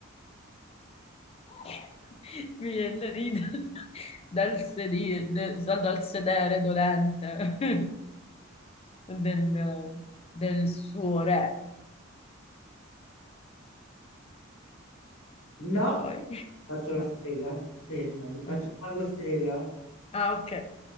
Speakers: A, on the left; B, on the left.
A: <laughs> Mi viene da ridere dal sedere, dal sedere dolente <laughs> del, del suo re.
B: No,
A: E poi?
B: faccio la
A: No.
B: strega, fermati, faccio
A: no, no.
B: il mago strega.
A: Ah, ok.